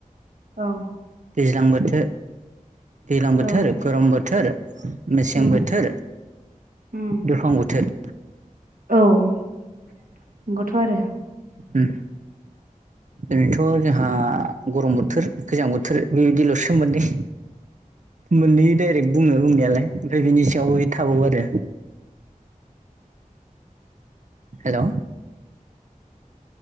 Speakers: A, on the right; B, on the right.
A: औ
B: दैज्लां बोथो दैज्लां बोथोर,
A: औ
B: गरम बोथोर मेसें
A: उम
B: बोथोर,
A: उम
B: दुफां बोथोर
A: औ नंगौथ' आरो
B: उम ओरैनोथ' जोंहा गरम बोथोर, गोजां बोथोर बेदिल'सो मोननै मोननै डाइरेक्ट बुङो बुंनायालाय ओमफ्राय बिनि सिङावबो बि थाबावो आरो हेल'